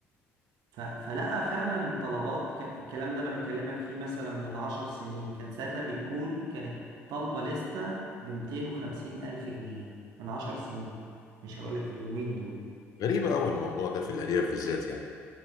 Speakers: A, on the right; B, on the left.
A: ف- فلقى فعلا الطلبات كان الكلام ده انا بكلمك فيه مثلا من عشر سنين كان ساعتها بيقول كانت طالبة لستة ب 250 ألف جنيه من عشر سنين مش هقول لك اليومين دول
B: غريبة أوي الموضوع ده في الأرياف بالذات يعني